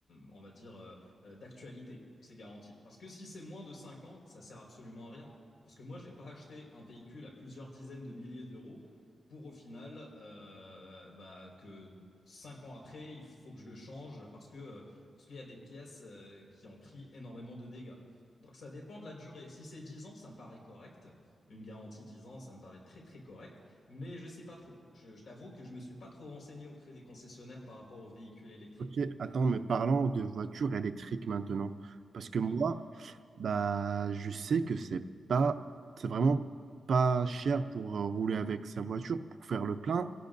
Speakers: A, on the left; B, on the right.
A: on va dire, euh, euh, d'actualité, ces garanties. Parce que si c'est moins de 5 ans, ça sert absolument à rien. Parce que moi, je ne vais pas acheter un véhicule à plusieurs dizaines de milliers d'euros pour au final euh, bah, que 5 ans après, il faut que je le change parce que, euh, parce qu'il y a des pièces euh, qui ont pris énormément de dégâts. Donc ça dépend de la durée. Si c'est 10 ans, ça me paraît correct. Une garantie 10 ans, ça me paraît très très correct, mais je sais pas trop. Je, je t'avoue que je me suis pas trop renseigné auprès des concessionnaires par rapport aux véhicules électriques.
B: Ok, attends, mais parlons de voitures électriques maintenant. Parce que
A: Mhm,
B: moi, bah, je sais que c'est pas, c'est vraiment pas cher pour euh, rouler avec sa voiture. Pour faire le plein,